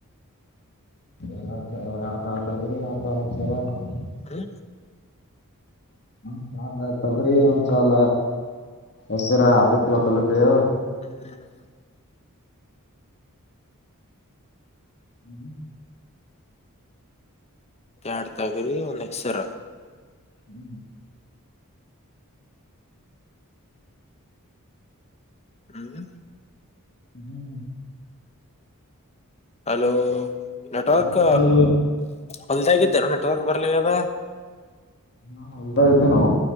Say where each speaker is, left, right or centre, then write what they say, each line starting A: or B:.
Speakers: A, on the left (about 50°); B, on the left (about 30°).
A: ರಡು ಸಾವ ಆರಡು ಸಾವಿರ ತಳಗರಿ ಆಡು ಸಾವಾಲ ಇಷ್ಟಾರ <unintelligible>
B: ಹ್ಮ
A: ಒಂದ್ ಸಾಲ ತೊಗರಿ ಒಂದ್ ಸಾಲ ಹೆಸರ ಅಬತ್ವ ಕಲಿತೇವು.
B: ಹ್ಮ್ಮ.
A: ಹ್ಮ್.
B: ಎರಡು ತೊಗರಿ ಒಂದ್ ಹೆಸರ.
A: ಹ್ಮ್.
B: ಹ್ಮ್
A: ಹ್ಮ್.
B: ಹಲೋ ನೆಟ್ವರ್ಕ್
A: ಹಲೋ
B: ಹೊಲ್ದಾಗಿದ್ದಾರ ನೆಟ್ವರ್ಕ್ ಬರ್ಲಿ ಅದ.
A: ಹಾ ಹೊಲ್ದ ಇದಿದ್ದೇ ನೋ.